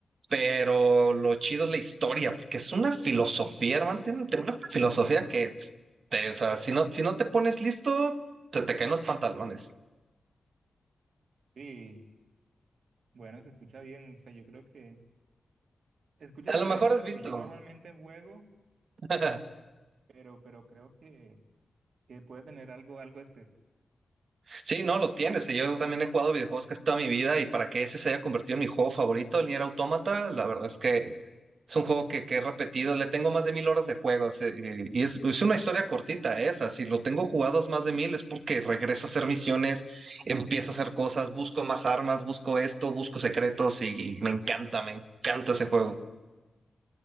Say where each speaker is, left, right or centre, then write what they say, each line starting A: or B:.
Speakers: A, on the right; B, on the right.
A: pero lo chido es la historia, porque es una filosofía, hermano, tiene, tiene una filosofía que, pues, te- o sea, si no, si no te pones listo, se te caen los pantalones.
B: Sí, bueno, se escucha bien, o sea, yo creo que se escucha
A: A
B: diferente
A: lo mejor has
B: a lo
A: visto.
B: que yo normalmente juego,
A: <laughs>
B: pero, pero creo que que puede tener algo, algo especial.
A: Sí, no, lo tienes. y Yo también he jugado videojuegos casi toda mi vida y para que ese se haya convertido en mi juego favorito, el Nier Automata, la verdad es que es un juego que, que he repetido. Le tengo más de mil horas de juegos eh, y, y es, es una historia cortita esa. Si lo tengo jugados más de mil es porque regreso a hacer misiones, empiezo a hacer cosas, busco más armas, busco esto, busco secretos y, y me encanta, me encanta ese juego. <laughs>